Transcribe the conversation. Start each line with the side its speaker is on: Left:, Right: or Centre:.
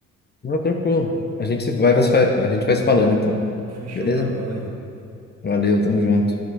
Left: Não, tranquilo. A gente se- vai, vai se fa- a gente vai se falando, então.
Right: Fechou,
Left: Beleza?
Right: cara, valeu.
Left: Valeu, tamo junto.